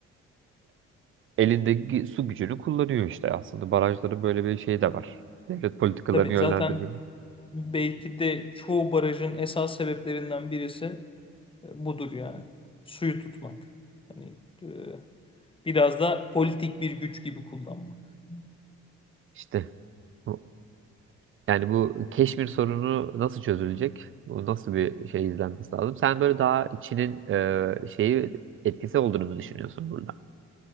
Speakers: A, on the right (about 40°); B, on the left (about 15°).
A: elindeki su gücünü kullanıyor işte aslında. Barajların böyle bir şeyi de var. Devlet politikalarını
B: Tabii
A: yönlendirmek.
B: zaten belki de çoğu barajın esas sebeplerinden birisi e, budur yani. Suyu tutmak. Hani e, biraz da politik bir güç gibi kullanmak. E,
A: İşte bu- yani bu Keşmir sorunu nasıl çözülecek? Bu nasıl bir şey izlenmesi lazım? Sen böyle daha Çin'in e, şeyi etkisi olduğunu mu düşünüyorsun burada?